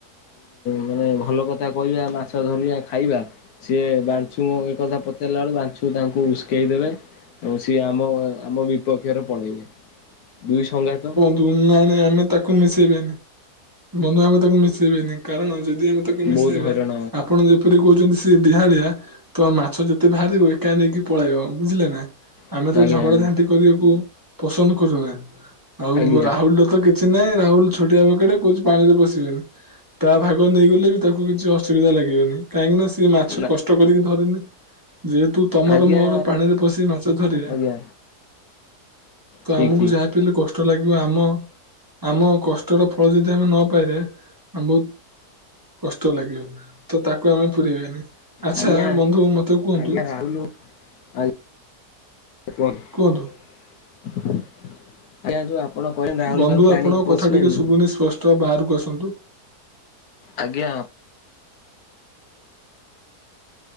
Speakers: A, on the left; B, on the right.
A: ମାନେ ଭଲ ଭଲ କଥା କହିବା ମାଛ ଧରିବା ଖାଇବା ସିଏ ବାଂଛୁ କଥା ପଚାରିଲା ବେଳକୁ ବାଛୁ ତାଙ୍କୁ ଉସ୍କେଇ ଦେବେ ଏବଂ ସିଏ ଆମ ଆମ ବିପକ୍ଷରେ ପଳେଇବେ ଦୁଇ ସଙ୍ଗାତ।
B: ନା ଆମେ ତାକୁ ମିଶେଇବେନି ବନ୍ଧୁ ଆମେ ତାକୁ ମିଶେଇବେନି କାରଣ ଆ ଯଦି ଆମେ ତାକୁ ମିଶାଇବା
A: ବହୁତ ହଇରାଣ
B: ଆପଣ ଯେପରି କହୁଛନ୍ତି ସେ ଡିହାଳିଆ। ତ ଆ ମାଛ ଯେତେ ବାହାରିବ ଏକା ନେଇକି ପଳେଇବ ବୁଝିଲେ ନା
A: ହବା
B: ଆମେ ତ ଝଗଡା
A: ଆଜ୍ଞା ଆଜ୍ଞା
B: ଝାଣ୍ଟି କରିବାକୁ। ପସନ୍ଦ କରୁନା ଆଉ
A: ଆଜ୍ଞା
B: ରାହୁଲରେ ତ କେ କିଛି ନାହିଁ ରାହୁଲ ଛୋଟିଆ ବକଟେ କହୁଛି ପାଣିରେ ପଶିବେନି। ତା ଭାଗରେ ନେଇଗଲେ ବି ତାକୁ କିଛି ଅସୁବିଧା ଲାଗିବନି କାହିଁକି ନା ସିଏ ମାଛ
A: ନା
B: କଷ୍ଟ କରିକି ଧରିନି। ଯେହେତୁ ତମର
A: ଆଜ୍ଞା
B: ମୋର ପାଣିରେ ପଶି ମାଛ ଧରିବା।
A: ଆଜ୍ଞା
B: ତ
A: ଠିକ
B: ଆମକୁ
A: ଠିକ।
B: ଯାହା ପିଇଲେ କଷ୍ଟ ଲାଗିବ ଆମ ଆମ କଷ୍ଟର ଫଳ ଯଦି ଆମେ ନ ପାଇବା ଆମ ବ କଷ୍ଟ ଲାଗିବ ତ ତାକୁ ଆମେ ପୁରାଇବେନି। ଆଚ୍ଛା
A: ଆଜ୍ଞା
B: ବନ୍ଧୁ ମତେ କୁହନ୍ତୁ
A: ଆଜ୍ଞା ରାହୁଲ ଆଜ୍ଞା <inaudible>
B: କୁହନ୍ତୁ
A: ରାହୁଲ
B: ବନ୍ଧୁ
A: ବାବୁ ପାଣିକି
B: ଆପଣଙ୍କ
A: ପଶିବେନି
B: କଥା ଟିକେ ଶୁଭୁନି ସ୍ପଷ୍ଟ ବାହାରକୁ ଆସନ୍ତୁ।
A: ଆଜ୍ଞା।